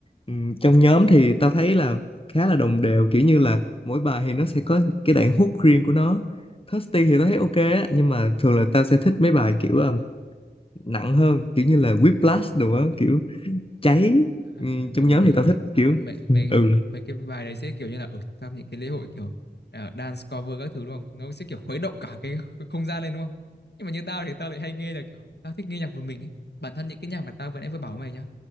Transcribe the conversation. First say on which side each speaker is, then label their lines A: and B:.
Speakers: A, on the left; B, on the left.
A: Ừm, trong nhóm thì tao thấy là khá là đồng đều kiểu như là mỗi bài thì nó sẽ có cái đoạn hook riêng của nó Thirsty thì tao thấy ok á nhưng mà thường là tao sẽ thích mấy bài kiểu ừm, nặng hơn kiểu như là Whiplash đồ á kiểu cháy
B: À,
A: Ừm, trong
B: rồi
A: nhóm thì
B: rồi
A: tao thích kiểu
B: mấy
A: <laughs>
B: mấy
A: ừ
B: mấy cái bài đấy sẽ kiểu như là ở trong những cái lễ hội kiểu à, dance cover các thứ đúng không nó sẽ kiểu khuấy động cả cái không gian lên đúng không nhưng mà như tao thì tao lại hay nghe là kiểu tao thích nghe nhạc một mình ấy. bản thân những cái nhạc mà tao vừa nãy vừa bảo với mày nhá